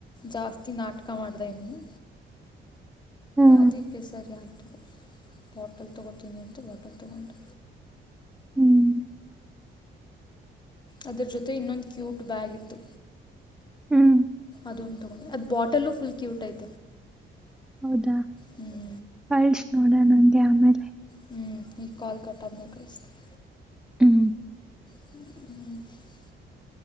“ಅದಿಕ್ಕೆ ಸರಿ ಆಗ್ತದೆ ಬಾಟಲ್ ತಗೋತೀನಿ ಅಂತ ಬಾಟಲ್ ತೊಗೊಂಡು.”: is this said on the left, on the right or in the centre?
Left